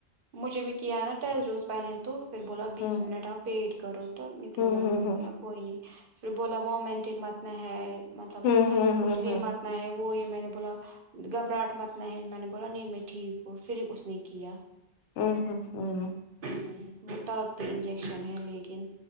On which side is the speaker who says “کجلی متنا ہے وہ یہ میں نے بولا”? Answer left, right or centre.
Right